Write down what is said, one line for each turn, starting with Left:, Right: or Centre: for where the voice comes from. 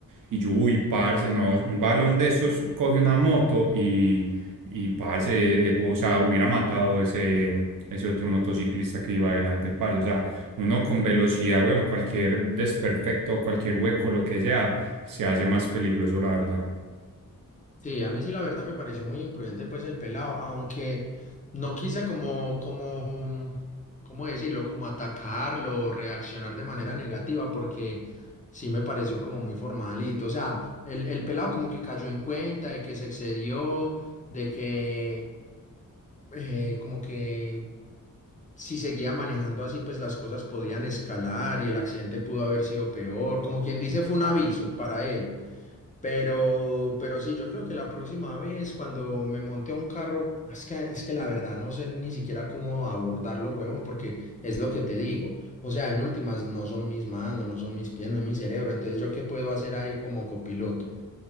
Right: Y yo, uy, parce, no, un balón de esos coge una moto y, y parce, eh, o sea, hubiera matado ese, ese otro motociclista que iba adelante, parce. O sea, uno con velocidad, weón, cualquier desperfecto, cualquier hueco, lo que sea, se hace más peligroso, la verdad.
Left: Sí, a mí sí la verdad me pareció muy imprudente pues el pelado, aunque no quise como, como, ¿cómo decirlo? Como atacarlo, o reaccionar de manera negativa, porque sí me pareció como muy formalito. O sea, el, el pelado como que cayó en cuenta de que se excedió, de que eh, como que si seguía manejando así, pues las cosas podían escalar y el accidente pudo haber sido peor. Como quien dice, fue un aviso para él. Pero, pero sí, yo creo que la próxima vez cuando me monte a un carro, es que, es que la verdad no sé ni siquiera cómo abordarlo, huevón, porque es lo que te digo. O sea, en últimas no son mis manos, no son mis pies, no es mi cerebro. Entonces, ¿yo qué puedo hacer ahí como copiloto?